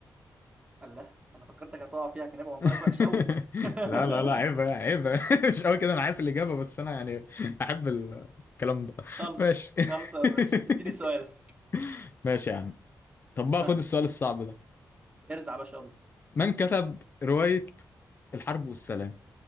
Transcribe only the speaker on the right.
الله انا فكرتك هتقع فيها كان يبقى منظرك
وحش قوي <laughs>
خالص
خالص يا
باشا اديني سؤالك
ها
ارزع يا باشا يلا